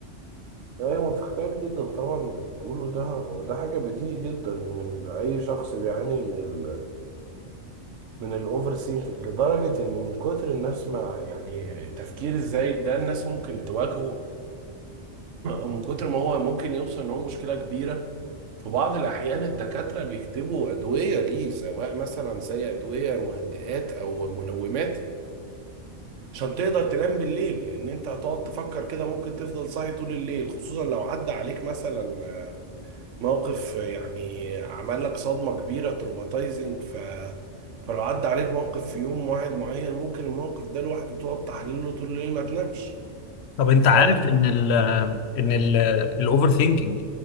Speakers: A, on the right; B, on the left.
A: أيوة متخيل جدا طبعا اللي بتقوله ده هو ده حاجة بديهي جدا من أي شخص بيعاني من ال من الأوفر سينكينج لدرجة إن من كتر الناس ما يعني التفكير الزايد ده الناس ممكن تواجهه من كتر ما هو ممكن يوصل ان هو مشكله كبيره في بعض الاحيان الدكاتره بيكتبوا ادويه ليه سواء مثلا زي ادويه مهدئات او منومات عشان تقدر تنام بالليل لان انت هتقعد تفكر كده ممكن تفضل صاحي طول الليل خصوصا لو عدى عليك مثلا موقف يعني عمل لك صدمه كبيره تروماتايزنج ف فلو عدى عليك موقف في يوم واحد معين ممكن الموقف ده لوحده تقعد تحلله طول الليل ما تنامش
B: طب انت
A: ف
B: عارف ان ال ان ال الاوفر ثينكينج